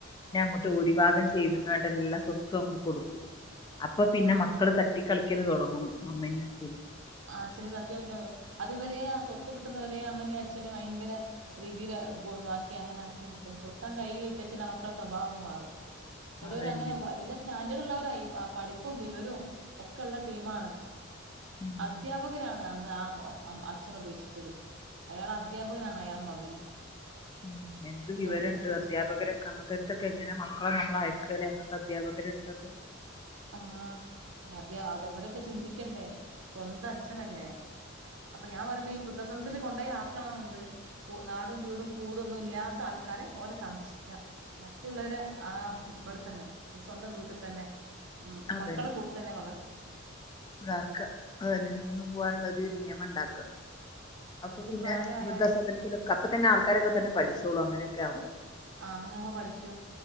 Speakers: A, on the left; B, on the right.
A: ങ്ങോട്ട് ഓരിഭാഗം ചെയ്തുങ്ങാണ്ടെല്ല സ്വത്തും അങ്ങോട്ട് കൊടുക്കും അപ്പൊ പിന്നെ
B: ആഹ്
A: മക്കള് തട്ടി കളിക്കല് തുടങ്ങും മ്മനിം അച്ഛനിം
B: ആ അച്ഛനി തട്ടി കളിക്കാൻ അവർ അത് വരേ ആ സ്വത്ത് കിട്ടുന്നവരേ അമ്മനി അച്നി ഭയങ്കര രീതിയില് അത്‌ കൊന്നാക്കി അങ്ങനെ ആക്കി നിക്കും സ്വത്തം കയ്യിലിട്ട് ചില മക്കളുടെ സ്വഭാവം അങ്ങ് മാറും ചേലോര്
A: അതന്നെ
B: അങ്ങനെ വല്ല സ്റ്റാൻഡേർഡ് ഉള്ളവരായി പഠിപ്പ പ്പും വിവരവും ഒക്കെയുള്ള ടീമാണ്
A: ഉം
B: അദ്ധ്യാപകരാണ് അന്ന് ആ അച്ഛനെ ഉപേക്ഷിച്ചത് അയാൾ അധ്യാപകനാണ് അയാളെ മകന്
A: ഉം എന്ത് വിവരണ്ട്
B: ഗൾഫിൽ സെറ്റിങ്
A: അധ്യാപകരൊക്കെ അങ്ങൻത്തൊക്കെ എങ്ങനെ മക്കളെ നമ്മളയക്കാലെ അധ്യാപകരെ എടുത്ത്ന്ന്
B: ആ അതെ അതോ അവരൊക്കെ ചിന്തിക്കണ്ടേ സ്വന്തം അച്ഛനല്ലേ അപ്പൊ ഞാൻ പറയുമ്പോ ഈ വൃദ്ധസൻതില് കൊണ്ടോയി ആക്കണം എന്ത് കൂ നാടും വീടും കൂടൊന്നും ഇല്ലാത്ത ആൾക്കാരെ ഓലെ സംരക്ഷിക്ക മറ്റുള്ളവര് ആ ബ്ട്ത്തന്നെ സ്വന്തം വീട്ടിൽ തന്നെ ഉം
A: അതന്നെ
B: മക്കളെ കൂട്ത്തന്നെ വളർ
A: ഇതാക്ക അതെ നിന്ന് പോവാനുള്ള ഒരു നിയമം ണ്ടാക്ക അപ്പൊ
B: ഒരു
A: പിന്നെ
B: പ്രായമായാല്
A: വൃദ്ധസാദനത്തിലൊക്കെ അപ്പൊ തന്നെ ആൾക്കാരൊക്കെ തന്നെ പഠിച്ച് ചോളും അങ്ങനെയൊക്കാകുമ്പോ
B: ആ അങ്ങനൊവുമ്പോ പഠിക്കും